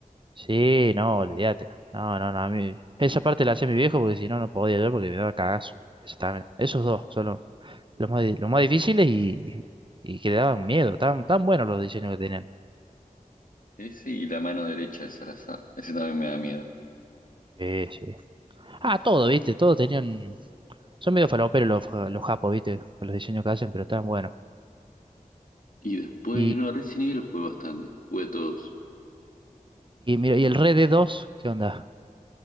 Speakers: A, on the right (about 35°); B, on the left (about 70°).
A: Sí, no, olvídate. No, no, no, a mí. Esa parte la hacía mi viejo porque si no, no podía yo porque me daba cagazo. Eso también. Esos dos son los, los más, di- los más difíciles y, y que le daban miedo. Tan, tan buenos los diseños que tenían.
B: Ese y la mano derecha es al azar. Ese también me da miedo.
A: Sí, sí. Ah, todo, viste, todos tenían. Son medio faloperos los, ja- los japos, viste, con los diseños que hacen, pero están buenos.
B: Y después,
A: Y,
B: no, Resident Evil jugué bastante. Jugué a todos.
A: y mira, ¿y el Red Dead 2? ¿Qué onda?